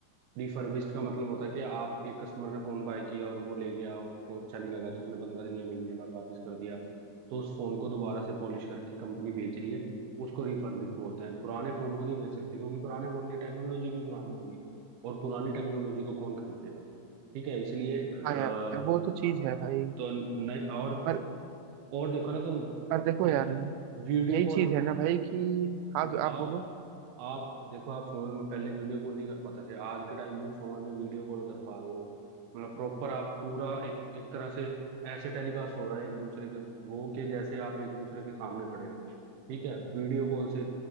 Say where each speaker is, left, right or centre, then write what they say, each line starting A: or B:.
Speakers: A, on the right; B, on the right.
A: रिफर्बिश्ड का मतलब होता है कि आप एक कस्टमर ने फोन बाय किया और वो ले गया और उसको अच्छा नहीं लगा तो उसने पंद्रह दिन या महीने बाद वापस कर दिया तो उस फोन को दोबारा से पॉलिश करके कंपनी बेच रही है उसको रिफर्बिश बोलते हैं पुराने फोन को नहीं बेच सकते क्योंकि पुराने फोन की टेक्नोलॉजी भी पुरानी होगी और पुरानी टेक्नोलॉजी को कौन खरीदेगा ठीक है इसलिए अ,
B: हाँ यार वो तो
A: हाँ,
B: चीज है भाई
A: तो नए और
B: पर
A: और देखो ना तो
B: पर देखो
A: कि
B: यार
A: वीडियो
B: यही
A: कॉल
B: चीज है ना भाई कि हाँ
A: आप
B: आप बोलो
A: आप देखो आप फोन में पहले वीडियो कॉल नहीं कर पाते थे आज के टाइम में फोन में वीडियो कॉल कर पा रहे हो मतलब प्रॉपर आप पूरा एक एक तरह से ऐसे टेलीकास्ट हो रहा है एक दूसरे के वो के जैसे आप एक दूसरे के सामने खड़े हो ठीक है वीडियो कॉल से